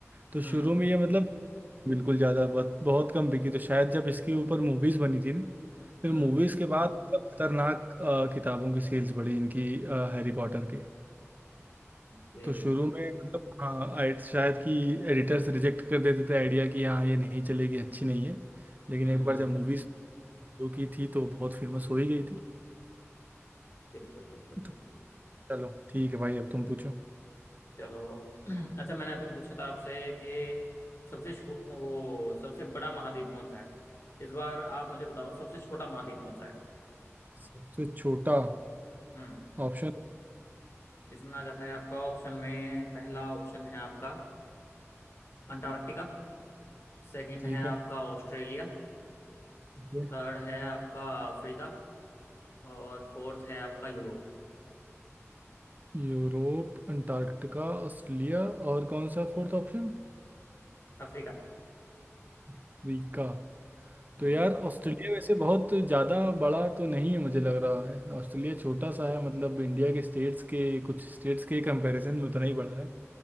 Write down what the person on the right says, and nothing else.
तो
शुरू में ये मतलब बिल्कुल ज़्यादा बहुत बहुत कम बिकी तो शायद जब इसके ऊपर मूवीज़ बनी थी न, फिर
मूवीज़ के बाद मतलब खतरनाक अ, किताबों की सेल्स बढ़ी इनकी अ, हैरी पॉटर के
तो शुरू में मतलब हाँ आई- शायद कि एडिटर्स रिजेक्ट कर देते थे आइडिया कि हाँ ये नहीं चलेगी अच्छी नहीं है लेकिन
एक बार
जब मूवीज़ शुरू की थी तो बहुत फेमस हो ही गई थी
तो
चलो ठीक है भाई अब तुम पूछो
सबसे छोटा
ऑप्शन
ठीक
है
ठीक है।
यूरोप अंटार्कटिका ऑस्ट्रेलिया और कौन सा फोर्थ ऑप्शन
अफ्रीका
तो यार ऑस्ट्रेलिया वैसे बहुत ज़्यादा बड़ा तो नहीं है मुझे लग रहा है ऑस्ट्रेलिया छोटा सा है मतलब इंडिया के स्टेट्स के कुछ स्टेट्स के कंपैरिजन में उतना ही बड़ा है